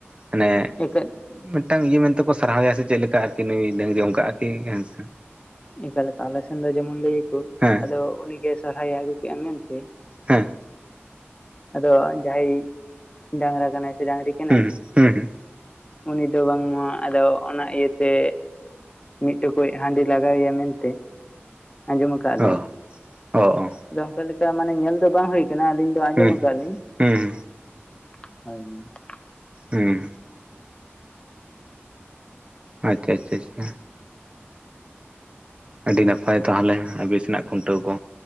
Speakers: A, on the right (about 25°); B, on the left (about 25°).
A: ᱢᱟᱱᱮ
B: ᱮᱠᱟᱞ
A: ᱢᱤᱫᱴᱟᱝ ᱤᱭᱟᱹ ᱢᱮᱱᱛᱮᱠᱚ ᱥᱟᱨᱦᱟᱣᱮᱭᱟ ᱥᱮ ᱪᱮᱫ ᱞᱮᱠᱟ ᱟᱨᱠᱤ ᱱᱩᱭ ᱰᱝᱨᱤ ᱚᱱᱠᱟ ᱟᱨᱠᱤ ᱦᱮᱸᱥᱮ
B: ᱤᱱᱠᱟ ᱞᱮᱠᱟ ᱟᱞᱮ ᱥᱮᱱ ᱫᱚ ᱡᱮᱢᱚᱱ ᱞᱟᱹᱭᱟ ᱠᱚ
A: ᱦᱮᱸ
B: ᱟᱫᱚ ᱩᱱᱤᱜᱮ ᱥᱚᱨᱦᱟᱭᱮ ᱟᱹᱜᱩ ᱠᱮᱫᱮᱜᱼᱟ ᱢᱮᱱᱛᱮ
A: ᱦᱮᱸ
B: ᱟᱫᱚ ᱡᱟᱦᱟᱸᱭ ᱰᱟᱝᱨᱟ ᱠᱟᱱᱟᱭ ᱥᱮ ᱰᱟᱝᱨᱤ ᱠᱟᱱᱟᱭ
A: ᱦᱩᱸ ᱦᱩᱸ ᱦᱩᱸ
B: ᱩᱱᱤ ᱫᱚ ᱵᱟᱝᱢᱟ ᱟᱫᱚ ᱚᱱᱟ ᱤᱭᱟᱹ ᱛᱮ ᱢᱤᱫ ᱴᱩᱠᱩᱡ ᱦᱟᱺᱰᱤ <inaudible> ᱢᱮᱱᱛᱮ ᱟᱸᱡᱚᱢ ᱟᱠᱟᱜᱟᱞᱤᱧ
A: ᱚ ᱚ ᱚ
B: ᱟᱫᱚ ᱚᱝᱠᱟ ᱞᱮᱠᱟ ᱢᱟᱱᱮ ᱧᱮᱞ ᱫᱚ ᱵᱟᱝ ᱦᱳᱭ ᱠᱟᱱᱟ ᱟᱞᱤᱧ ᱫᱚ ᱟᱸᱡᱚᱢ
A: ᱦᱩᱸ
B: ᱟᱠᱟᱜ
A: ᱦᱩᱸ
B: ᱟᱞᱤᱧ
A: ᱦᱩᱸ
B: <unintelligible>
A: ᱦᱩᱸ ᱟᱪᱪᱷᱟ ᱟᱪᱷᱟ ᱟᱪᱪᱷᱟ ᱟᱹᱰᱤ ᱱᱟᱯᱟᱭ ᱛᱟᱦᱚᱞᱮ ᱟᱵᱤᱥᱱᱟᱜ ᱠᱷᱩᱱᱴᱟᱹᱣ ᱠᱚ